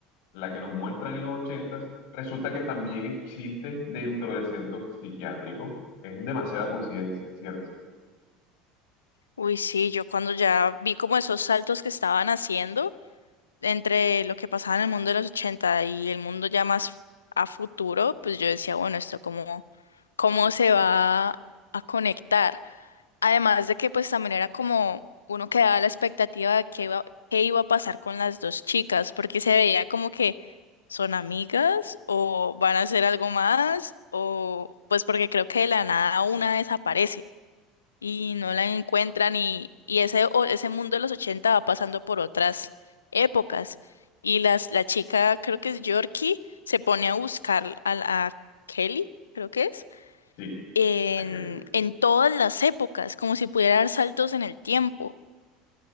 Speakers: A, on the left; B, on the left.
A: la que nos muestran en los ochentas, resulta que también existe dentro del centro psiquiátrico. Es demasiada coincidencia, ¿cierto?
B: Uy, sí, yo cuando ya vi como esos saltos que estaban haciendo. entre lo que pasaba en el mundo de los 80 y el mundo ya más a futuro, pues yo decía, bueno, esto cómo, cómo se va a conectar. Además de que pues también era como uno quedaba a la expectativa de qué iba, qué iba a pasar con las dos chicas, porque se veía como que son amigas o van a hacer algo más, o pues porque creo que de la nada una desaparece y no la encuentran y, y ese, o- ese mundo de los 80 va pasando por otras épocas y las, la chica, creo que es Yorkie, se pone a buscar a, la- a Kelly, creo que es,
A: Sí,
B: en,
A: a Kelly.
B: en todas las épocas, como si pudiera dar saltos en el tiempo.